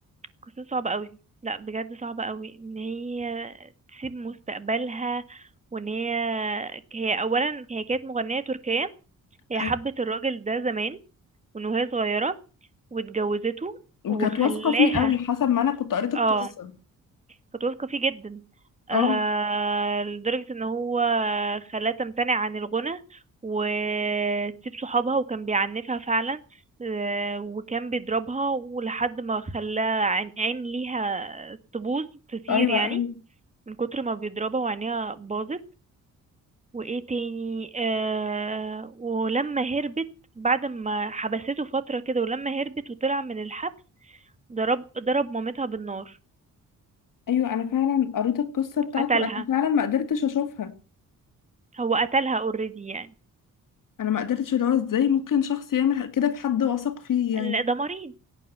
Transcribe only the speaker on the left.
أيوة.
وكانت
واثقة فيه قوي حسب ما أنا كنت قريت القصة
اه
أيوة
أيوة
أيوة أنا فعلا قريت القصة بتاعته
أنا فعلا ما قدرتش أشوفها
أنا ما قدرتش اللي هو إزاي ممكن شخص يعمل كده في حد واثق فيه يعني